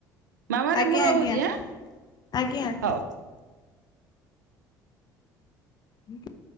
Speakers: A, on the right; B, on the left.
A: ମାମାରେ
B: ଆଜ୍ଞା
A: ମୁଁ ରହୁଛି
B: ଆଜ୍ଞା
A: ଆଁ
B: ଆଜ୍ଞା।
A: ହଉ।
B: ହଁ କି